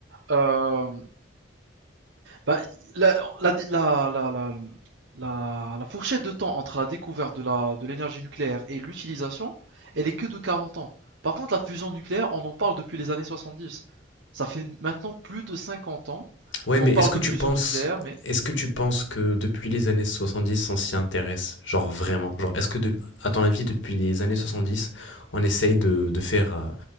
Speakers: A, on the right; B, on the left.
A: euh, bah, la, la, la- la- la- la- la fourchette de temps entre la découverte de la- de l'énergie nucléaire et l'utilisation, elle est que de 40 ans. Par contre, la fusion nucléaire, on en parle depuis les années 70. Ça fait maintenant plus de 50 ans
B: Ouais,
A: qu'on
B: mais
A: parle
B: est-ce que
A: de
B: tu
A: fusion
B: penses,
A: nucléaire, mais
B: est-ce que tu penses que depuis les années 70, on s'y intéresse? Genre vraiment? Genre, est-ce que, de, à ton avis, depuis les années 70, on essaye de, de faire euh,